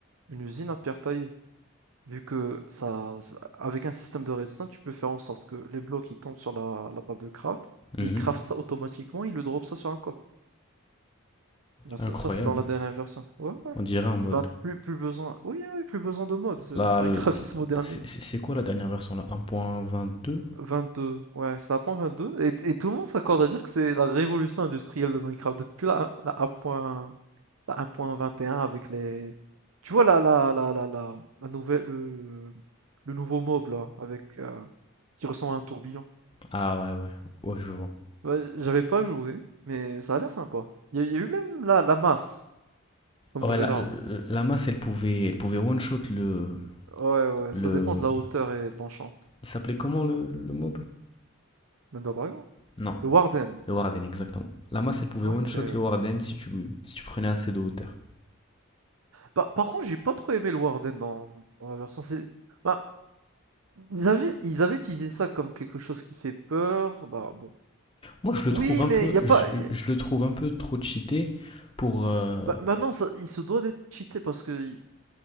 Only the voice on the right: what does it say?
une usine à pierre taillée. Vu que ça, ça- avec un système de redstone, tu peux faire en sorte que les blocs ils tombent sur la, la table de craft,
et ils craftent ça automatiquement, ils le dropent ça sur un corps. Ben, ça,
ça, c'est dans la dernière version. Ouais, ouais.
Ça va, plus, plus besoin. Oui, oui, plus besoin de mode. c'est-
c'est Minecraft,
<laughs> il se modernise.
22, ouais, c'est la point 22. Et, et tout le monde s'accorde à dire que c'est la révolution industrielle de Minecraft. Depuis la, la 1.1, la 1.21 avec les... Tu vois la, la, la, la, la, la nouvelle, le, le nouveau mob là, avec, euh, qui ressemble à un tourbillon.
Ouais, j'avais pas joué, mais ça a l'air sympa. Il y, a il y a eu même la, la masse comme
nouvelle
arme.
Ouais, ouais,
ça dépend de la hauteur et de l'enchant.
Thunder Dragon?
Le Warden.
Ok.
Par, par contre, j'ai pas trop aimé le Warden dans, dans la version. C'est, bah, Ils avaient, ils avaient utilisé ça comme quelque chose qui fait peur. Bah bon.
Oui,
mais
il y a
pas. y-
bah, maintenant, ça, il se doit d'être cheaté parce que. y-